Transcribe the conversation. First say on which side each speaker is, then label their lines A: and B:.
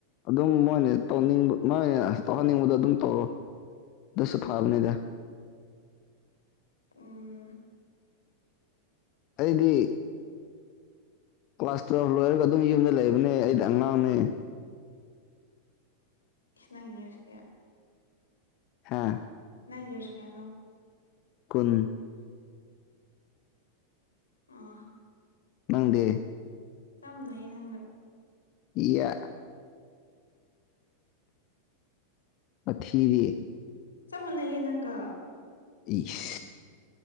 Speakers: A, on the left; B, on the left.
A: ꯑꯗꯨꯝ ꯃꯣꯏꯅ ꯇꯧꯅꯤꯡꯕ ꯃꯣꯏꯅ ꯇꯧꯍꯟꯅꯤꯡꯕꯗꯣ ꯑꯗꯨꯝ ꯇꯧꯔꯣ ꯑꯗꯨꯁꯨ
B: ꯎꯝ
A: ꯐꯕꯅꯤꯗ
B: ꯎꯝ
A: ꯑꯩꯗꯤ <unintelligible> ꯀ꯭ꯂꯥꯁ ꯇꯨꯌꯦꯜꯕ ꯂꯣꯏꯔꯒ ꯑꯗꯨꯝ ꯌꯨꯝꯗ ꯂꯩꯕꯅꯦ ꯑꯩꯗꯤ ꯑꯉꯥꯡꯅꯦ
B: <unintelligible>
A: ꯍꯥꯥ
B: ꯅꯪ ꯌꯁ ꯀꯌꯥꯅꯣ
A: ꯀꯨꯟ
B: ꯑꯥ
A: ꯅꯪꯗꯦ
B: ꯆꯝ ꯂꯩꯥꯏ ꯅꯉꯒ
A: ꯏꯌꯥ ꯋꯥꯊꯤꯗꯤ
B: ꯆꯞ ꯃꯥꯟꯅꯩꯌꯦ ꯅꯪꯒ
A: ꯏꯁ